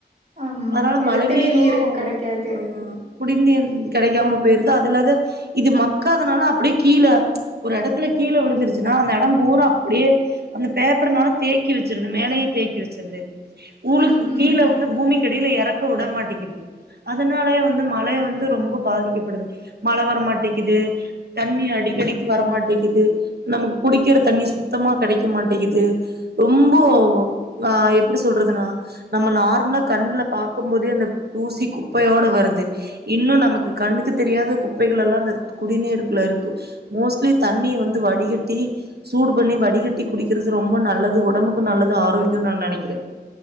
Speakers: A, on the right (about 40°); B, on the right (about 65°).
A: ஆமா
B: அதனால
A: நிலத்தடி
B: மழை நீரும்
A: நீர் கெடைக்காது.
B: ஆ குடிநீர் கிடைக்காம போயிருது அதுல்லாத இது மக்காதனால அப்படியே கீழ ஒரு இடத்துல கீழே விழுந்துருச்சின்னா அந்த இடம் பூரா அப்படியே அந்த பேப்பர்னால தேக்கி வச்சிருது மேலயே தேக்கி வச்சிருது ஊழுக்கு
A: ம் ம்.
B: கீழே வந்து பூமி அடியில இறக்க விடமாட்டிக்கிது அதனாலயே வந்து மழை வந்து ரொம்ப பாதிக்கப்படுது மழை வர மாட்டேங்கிது தண்ணி அடி டிக்கடிகு வர மாட்டேங்கிது நமக்கு குடிக்கிற தண்ணி சுத்தமா கிடைக்க மாட்டேங்கிது ரொம்போ போவு எப்படி சொல்றதுனா நம்ம நார்மலா கண்ணுல பார்க்க போதே அந்த தூசி குப்பையோட வருது இன்னும் நமக்கு கண்ணுக்கு தெரியாத குப்பைகளெல்லா இந்த குடிநீருக்குள்ள இருக்கு மோஸ்ட்லி தண்ணி வந்து வடிகட்டி சூடு பண்ணி வடிகட்டி குடிக்கறது ரொம்ப நல்லது ஒடம்புக்கு நல்லது ஆரோக்கியம்னு நா நெனைக்கறேன்